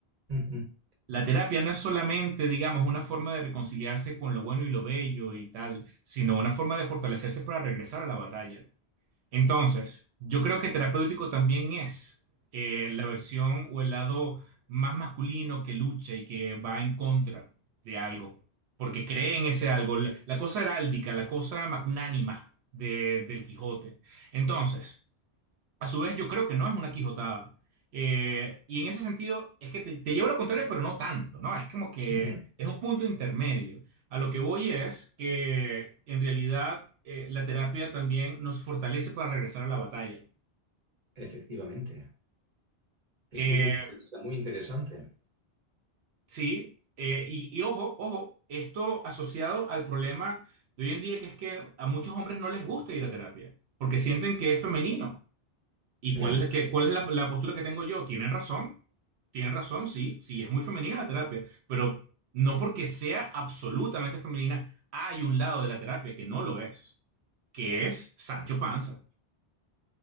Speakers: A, on the right; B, on the right.
A: Ujú,
B: La terapia no es solamente, digamos, una forma de reconciliarse con lo bueno y lo bello y tal, sino una forma de fortalecerse para regresar a la batalla. Entonces, yo creo que terapéutico también es eh, la versión o el lado más masculino que lucha y que va en contra de algo, porque cree en ese algo, la la cosa heráldica, la cosa magnánima de- del Quijote. Entonces, a su vez, yo creo que no es una quijotada. Eh, y en ese sentido, es que te, te llevo a lo contrario, pero no tanto, ¿no? Es como que
A: ujú.
B: es un punto intermedio. A lo que voy es que en realidad eh, la terapia también nos fortalece para regresar a la batalla.
A: Efectivamente. Es
B: Eh,
A: un punto de vista muy interesante.
B: sí, eh, y, y ojo, ojo, esto asociado al problema de hoy en día, que es que a muchos hombres no les gusta ir a terapia, porque sienten que es femenino. ¿Y
A: Ujú.
B: cuál es, que, cuál es la, la postura que tengo yo? Tienen razón, tienen razón, sí, sí, es muy femenina la terapia, pero no porque sea absolutamente femenina, hay un lado de la terapia que no lo es, que es Sancho Panza.